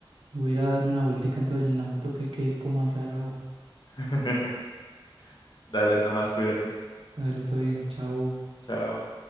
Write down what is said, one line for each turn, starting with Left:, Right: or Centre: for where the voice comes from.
Right: voy a ir a darme una vueltica entonces en la moto que quedé como azarado.
Left: <laughs> Dale, Tomás, cuídate.
Right: Dale, todo bien, chao.
Left: Chao.